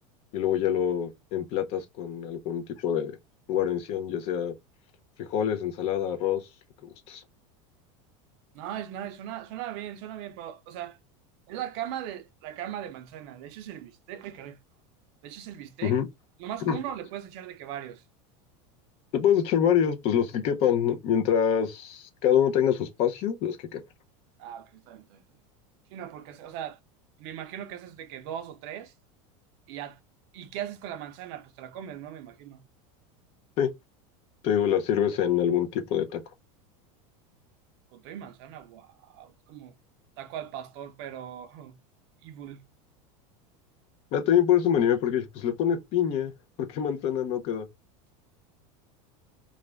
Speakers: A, on the left; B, on the right.
A: y luego ya lo emplatas con algún tipo de guarnición, ya sea frijoles, ensalada, arroz, lo que gustes.
B: Nice, nice. Suena, suena bien, suena bien. pero, o sea, es la cama de, la cama de manzana. Le echas el bistec. Ay, caray. Le echas el bistec.
A: Ujú.
B: Nomás
A: <clears throat>
B: uno le puedes echar de que varios.
A: Le puedes echar varios, pues los que quepan, ¿no? mientras cada uno tenga su espacio, los que quepan.
B: Ah, ok, está bien, está bien, está bien. Sí, no, porque, o sea, me imagino que haces de que dos o tres y ya. ¿Y qué haces con la manzana? Pues te la comes, ¿no? Me imagino.
A: Sí, te digo, las sirves en algún tipo de taco.
B: Con todo y manzana, wow. Es como taco al pastor, pero <laughs> evil.
A: Ah, también por eso me animé, porque dije, pues le pones piña, <laughs> ¿por qué manzana no queda?